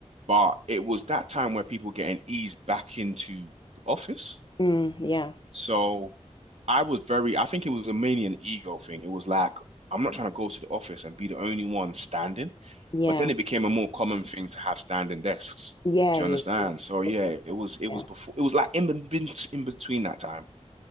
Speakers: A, on the right (about 60°); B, on the left (about 40°).
A: but it was that time where people were getting eased back into the office.
B: Mm, yeah.
A: So I was very, I think it was a mainly an ego thing. It was like, I'm not trying to go to the office and be the only one standing.
B: Yeah.
A: But then it became a more common thing to have standing desks.
B: Yeah.
A: Do
B: Yeah.
A: you understand?
B: Yeah.
A: So yeah,
B: Okay,
A: it was it
B: yeah.
A: was before it was like in, be- in between that time.